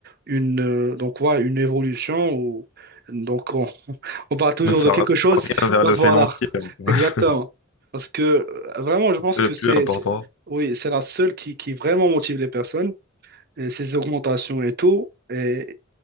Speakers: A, on the right; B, on the left.
A: une, euh, donc, voilà, une évolution ou donc on, <laughs> on parle toujours
B: Mais ça
A: de quelque
B: va <laughs>
A: chose
B: bien vers
A: donc
B: le
A: voilà,
B: financier,
A: <laughs>
B: en
A: exactement.
B: fait. <laughs>
A: Parce que euh, vraiment, je pense
B: c'est
A: que
B: le plus
A: c'est,
B: important.
A: c'est- oui, c'est la seule qui, qui vraiment motive les personnes, et ces augmentations et tout. Et